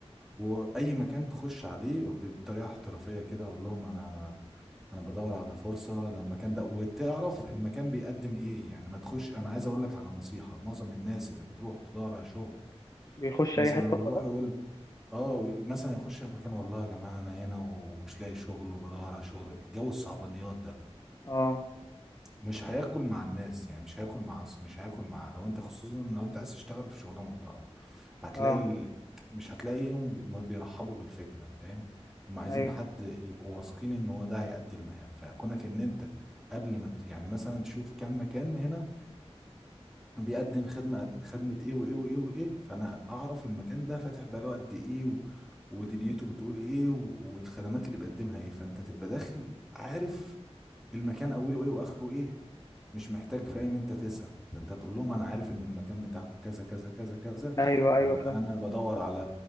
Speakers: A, in the centre; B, on the left.
A: واي مكان تخش عليه بطريقة احترافية كده اقول لهم انا انا بدور على فرصة أنا المكان ده وتعرف المكان بيقدم ايه يعني ما تخش انا عايز اقول لك على نصيحة معظم الناس اللي بتروح تدور على شغل
B: بيخش
A: مثلا
B: اي حته
A: ويروح
B: خلاص
A: يقول اه مثلا يخش المكان والله يا جماعة انا هنا ومش لاقي شغل وبدور على شغل جو الصعبانيات ده
B: اه
A: مش هياكل مع الناس يعني مش هياكل مع مش هياكل مع لو انت خصوصا لو انت عايز تشتغل في شغلانه محترمه فهتلاقي
B: اه
A: ال... مش هتلاقيهم ما بيرحبوا بالفكره فاهم هم عايزين
B: ايوه
A: حد يبقوا واثقين ان هو ده هيأدي المهام فكونك ان انت قبل ما ت- يعني مثلا تشوف كم مكان هنا بيقدم خدمه قد- خدمه ايه وايه وايه وايه فانا اعرف المكان ده فاتح بقاله قد ايه و... ودنيته بتقول ايه و... والخدمات اللي بيقدمها ايه فانت تبقى داخل عارف المكان اوله ايه واخره ايه مش محتاج فاهم انت تسأل فانت تقول لهم انا عارف ان المكان بتاعكم كذا كذا كذا كذا
B: ايوه ايوه
A: وانا
B: فاهم
A: بدور على